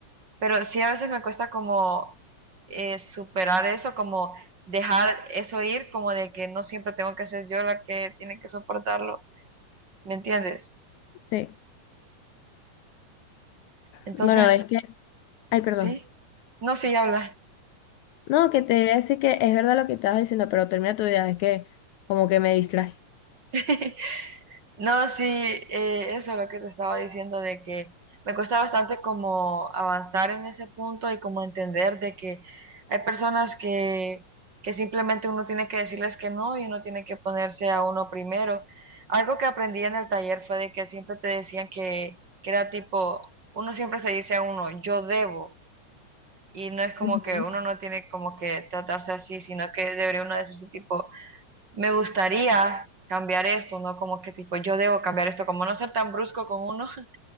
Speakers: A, on the right (about 30°); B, on the left (about 75°).
A: Pero sí a veces me cuesta como eh, superar eso, como dejar eso ir, como de que no siempre tengo que ser yo la que tiene que soportarlo, ¿me entiendes?
B: Sí.
A: Entonces,
B: Bueno, es que, ay, perdón.
A: sí, no, sí, habla.
B: No, que te voy a decir que es verdad lo que estabas diciendo, pero termina tu idea, es que como que me distraje.
A: <laughs> No, sí, eh, eso es lo que te estaba diciendo de que me cuesta bastante como avanzar en ese punto y como entender de que hay personas que, que simplemente uno tiene que decirles que no y uno tiene que ponerse a uno primero. Algo que aprendí en el taller fue de que siempre te decían que, que era tipo, uno siempre se dice a uno, yo debo, y no es como
B: Ujú,
A: que uno no tiene como que tratarse así, sino que debería uno decirse tipo, me gustaría cambiar esto, ¿no? Como que tipo, yo debo cambiar esto, como no ser tan brusco con uno, <laughs>